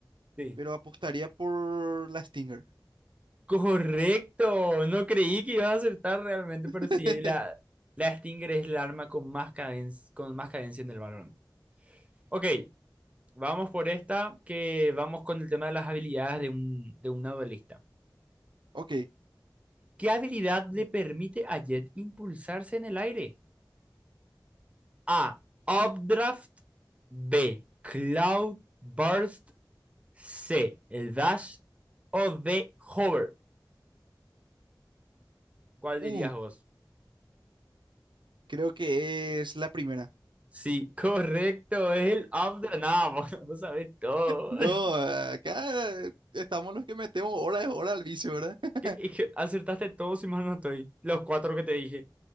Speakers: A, on the right (about 15°); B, on the right (about 85°).
A: Sí.
B: Pero apostaría por la Stinger.
A: Correcto, no creí que ibas a acertar realmente,
B: <laughs>
A: pero sí, la, la Stinger es el arma con más cadencia, con más cadencia en el balón. Ok, vamos por esta, que vamos con el tema de las habilidades de un, de una duelista.
B: Ok.
A: ¿Qué habilidad
B: Ujú.
A: le permite a Jet impulsarse en el aire? A. Updraft. B. Cloud Burst. C. El Dash. O D. Hover. ¿Cuál dirías
B: Uh,
A: vos?
B: creo que es la primera.
A: Sí, correcto, es el up de nada, vos, <laughs> vos sabés todo.
B: No,
A: <laughs>
B: acá estamos los que metemos hora de hora al vicio, ¿verdad? <laughs>
A: Que- es que Acertaste todo si mal no estoy. Los cuatro que te dije.